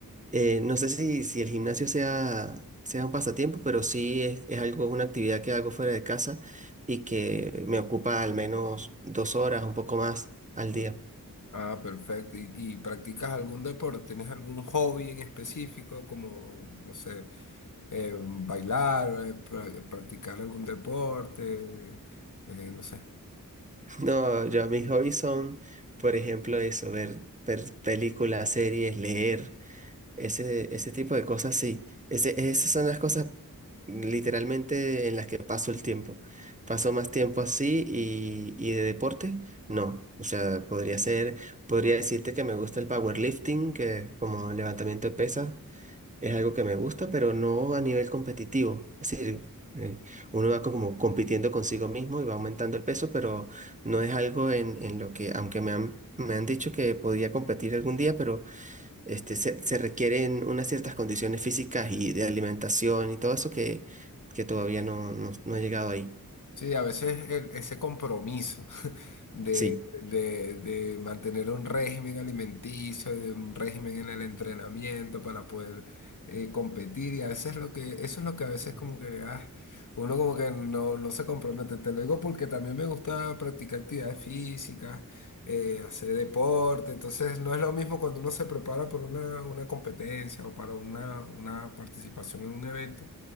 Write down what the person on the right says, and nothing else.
Eh, no sé si, si el gimnasio sea, sea un pasatiempo, pero sí es, es algo, una actividad que hago fuera de casa y que me ocupa al menos dos horas, un poco más al día.
<laughs> No, yo mis hobbies son, por ejemplo, eso, ver, ver películas, series, leer. Ese, ese tipo de cosas, sí. Ese, esas son las cosas literalmente en las que paso el tiempo. Paso más tiempo así y, y de deporte, no. O sea, podría ser, podría decirte que me gusta el powerlifting, que como levantamiento de pesas es algo que me gusta, pero no a nivel competitivo. Es decir, eh, uno va como compitiendo consigo mismo y va aumentando el peso, pero no es algo en, en lo que, aunque me han, me han dicho que podía competir algún día, pero... Este, se, se requieren unas ciertas condiciones físicas y de alimentación y todo eso que, que todavía no, no, no he llegado ahí.
Sí,
Mm.